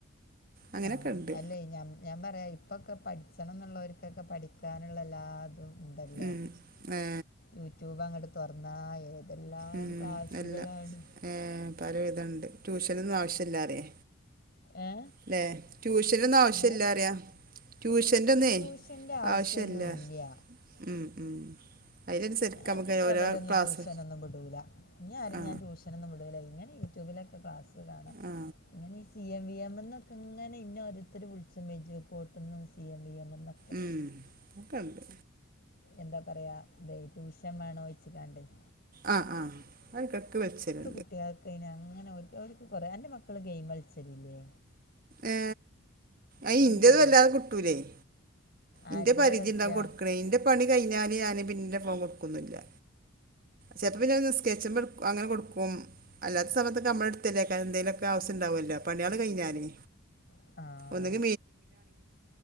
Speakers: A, on the right; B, on the left.
A: അങ്ങനെയൊക്കെ
B: ആ
A: ഉണ്ട്
B: അല്ലേ ഞാൻ ഞാൻ പറയാ ഇപ്പൊക്കെ പഠിച്ചണം എന്നുള്ളവർക്കൊക്കെ പഠിക്കാനുള്ള എല്ലാതും ഉണ്ടല്ലോ
A: ഉം ഏ
B: യൂട്യൂബ് അങ്ങട്ട് തുറന്നാ ന്തെല്ലാം
A: ഉം
B: ക്ലാസുകളാണ്.
A: എല്ലാം ഏ പല വിതണ്ട് ട്യൂഷനൊന്നും ആവശ്യല്ലാറിയേ
B: ഏ
A: ല്ലെ ട്യൂഷനൊന്നും ആവശ്യംല്ല
B: എങ്ങനെ
A: അറിയ. ട്യൂഷന്റെഒന്നേ
B: ഉം, ട്യൂഷൻ്റെ ആവശ്യമൊന്നുമില്ല
A: ആവശ്യല്ല ഉം ഉം അതിലനുസരിച്ച്
B: ഞാഞ്ഞിപ്പോ
A: നമുക്ക് ഓരോ
B: വരൊന്നും
A: ക്ലാസ്
B: ട്യൂഷനൊന്നും വിടൂല ഞ്ഞി ആരിം
A: ആ
B: ഞാൻ ട്യൂഷ ഷനൊന്നുംവിടൂല ഇങ്ങനെ യൂട്യൂബിലൊക്കെ ക്ലാസ് കാണ
A: ആ
B: <unintelligible> സി എം വി എം ന്നൊക്കെ ങ്ങനെ ഇന്നെ ഓരോരുത്തര് വിൾച്ചും എജു പോട്ട്ന്നും സി എം വി എംമ്മ് ന്ന
A: ഉം ഒക്കണ്ട്
B: എന്താ പറയാ ഇതെ ട്യൂഷൻ വേണോയ്ച്ച്കാൺടെയ്.
A: ആ ആ അത് ഇക്കൊക്കെ വിൾച്ചല്
B: കുട്ടിയേൾക്കെയ്ന് അങ്ങനെ ഒരു അവർക്ക് കൊറേ അന്റെ മക്കള് ഗെയിമൾച്ചലില്യ?
A: ഏ അയ്ന്റത്
B: അതിൻ്റെ
A: വല്ലാതെ കിട്ടൂലേയ്.
B: ആരുതിയിലാണ്
A: ഇന്റെ പരിധി
B: കളിച്ചാ
A: ണ്ടാവും കൊടുക്കണേയ് ന്റെ പണി കഴിഞാല് ഞാന്പന്റെ ഫോൺ കൊട്ക്കൊന്നുല്യ ചെൽപ്പോ പിന്നെ നിസ്ക്കര്ച്ചുമ്പോട് അങ്ങനെ കൊടുക്കും അല്ലാത്ത സമയത്തൊക്കെ നമ്മളടുത്തല്ലേക്കാരം എന്തേലൊക്കെ ആവ്സ്യംണ്ടാവുല്ലോ പണിയേള് കഴിഞ്ഞാല്.
B: ആഹ് ആഹ്
A: <unintelligible> ത്തും